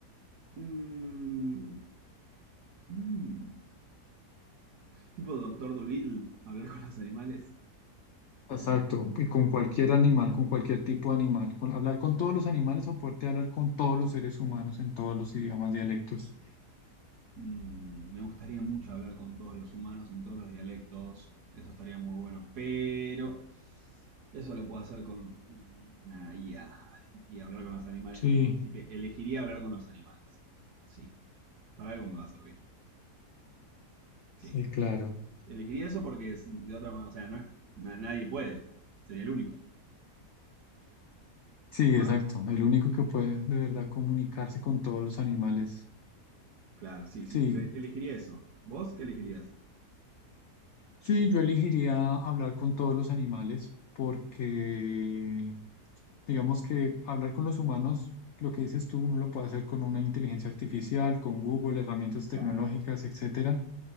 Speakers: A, on the right; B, on the left.
A: Mm, mm. Tipo Doctor Dolittle, hablar con los animales.
B: Exacto,
A: Eh,
B: y con cualquier animal, con cualquier tipo de animal, con, hablar con todos los animales o poderte hablar con todos los seres humanos en todos los idiomas, dialectos.
A: Mm, me gustaría mucho hablar con todos los humanos en todos los dialectos. Eso estaría muy bueno. Pero eso lo puedo hacer con una IA. Y hablar con los animales
B: Sí,
A: no. Así que elegiría hablar con los animales. Sí. Para algo me va a servir. Sí.
B: sí, claro.
A: Elegiría eso porque es de otra manera. O sea, no es, na- nadie puede. Sería el único.
B: Sí,
A: ¿O
B: exacto.
A: no?
B: El único que puede de verdad comunicarse con todos los animales.
A: Claro, sí, sí.
B: Sí,
A: ele- elegiría eso. ¿Vos qué elegirías?
B: sí, yo elegiría hablar con todos los animales porque digamos que hablar con los humanos, lo que dices tú, uno lo puede hacer con una inteligencia artificial, con Google, herramientas tecnológicas,
A: Claro.
B: etcétera.